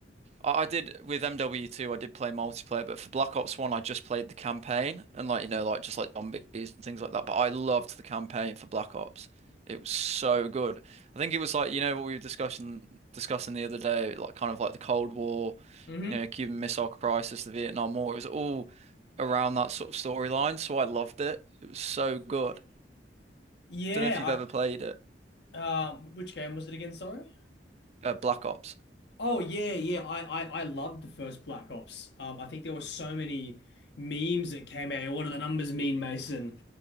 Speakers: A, on the right; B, on the left.
A: I I did with MW2, I did play multiplayer, but for Black Ops 1, I just played the campaign and like you know, like just like zombies and things like that. But I loved the campaign for Black Ops. It was so good. I think it was like you know what we were discussing discussing the other day, like kind of like the Cold War,
B: hmm
A: you know, Cuban Missile Crisis, the Vietnam War. It was all around that sort of storyline, so I loved it. It was so good.
B: Yeah,
A: Don't know if you've ever played it,
B: I um which game was it again, sorry?
A: uh, Black Ops.
B: Oh yeah, yeah. I, I I loved the first Black Ops. Um, I think there were so many memes that came out. What do the numbers mean, Mason?